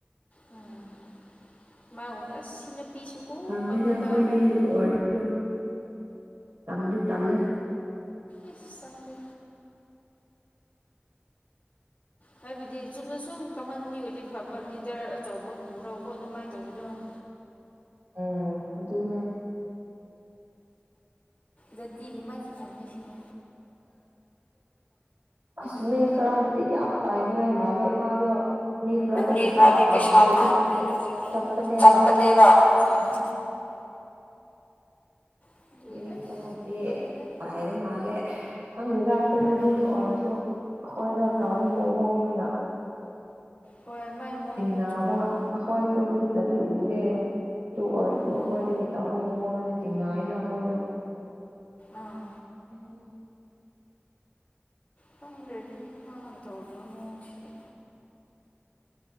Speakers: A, on the left; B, on the right.
A: ꯎꯝ ꯃꯥꯏ ꯎꯕꯗ ꯑꯁꯤ ꯅꯨꯄꯤꯁꯨ ꯀꯣ
B: ꯈꯪꯗꯦꯗ
A: ꯄꯪꯉꯦꯗ
B: ꯑꯩꯈꯣꯏꯗꯤ
A: ꯍꯥꯏꯔꯒ
B: ꯑꯗꯨ ꯑꯣꯏꯔꯁꯨ ꯇꯟꯗꯤ ꯇꯂꯦ
A: ꯏꯐ ꯁꯪꯗꯦ ꯍꯥꯏꯕꯗꯤ ꯆꯨꯝꯅ ꯁꯨꯝ ꯀꯃꯟ ꯃꯤ ꯑꯣꯏꯗꯤ ꯐꯕ ꯂꯤꯗꯔ ꯑꯆꯧꯕ ꯄꯨꯔꯣꯀꯣ ꯑꯗꯨꯃꯥꯏꯅ ꯇꯧꯕꯗꯣ <inaudible>
B: ꯎꯝ ꯑꯗꯨꯅꯦ
A: ꯖꯇꯤꯒꯤ ꯃꯥꯊꯤ ꯈꯪꯅ ꯁꯤꯕ
B: ꯑꯁꯃꯤ
A: ꯑꯗꯨ
B: ꯈꯔꯕꯨꯗꯤ ꯌꯥꯝ ꯄꯥꯏꯅꯤꯡꯉꯥꯏ ꯃꯥꯜꯂꯦ ꯃꯥꯗꯣ ꯃꯤ ꯈꯔꯗꯤ
A: ꯃꯤ
B: ꯄꯩꯁꯥ ꯄꯥꯝꯃꯗꯤꯦ
A: ꯄꯩꯁꯥ ꯄꯥꯝꯕꯗꯤ
B: ꯑꯗꯨꯝ ꯆꯠꯄꯅꯦꯕ
A: ꯆꯠꯄꯅꯦꯕ ꯑꯥ ꯑꯗꯨꯒꯤ
B: ꯃꯤꯁ
A: ꯑꯁ
B: ꯍꯥꯏꯗꯤ
A: ꯇꯜꯂꯦꯗ
B: ꯄꯥꯏꯕ ꯃꯥꯂꯦ ꯈꯪꯗꯦꯗ ꯁꯦꯡꯕꯗꯤ
A: ꯑꯣꯏꯔꯝꯃꯅꯤ
B: ꯑꯗꯨ ꯑꯣꯏꯔꯁꯨ ꯑꯩꯈꯣꯏꯗꯣ ꯇꯥꯎꯕ
A: ꯑꯥ
B: ꯃꯑꯣꯡꯗꯨꯅ
A: ꯍꯣꯏ ꯃꯥꯏ ꯃꯑꯣꯡꯗꯣ
B: ꯆꯤꯡꯅꯕ
A: ꯆꯨꯝꯗꯦ
B: ꯑꯩꯈꯣꯏꯁꯨ ꯃꯤꯠꯅꯗꯤ ꯎꯗꯦ ꯑꯗꯨ ꯑꯣꯏꯔꯁꯨ
A: ꯎꯝ
B: ꯑꯩꯈꯣꯏꯗꯒꯤ ꯇꯧꯕ ꯃꯑꯣꯡꯗꯗꯤ ꯆꯤꯡꯅꯥ ꯍꯥꯏꯅ ꯑꯩꯈꯣꯏꯗꯣ
A: ꯑꯥ
B: ꯎ
A: ꯇꯗꯗꯤ ꯃꯥꯅ ꯇꯧꯔꯕ ꯃꯣꯁꯤꯗꯤ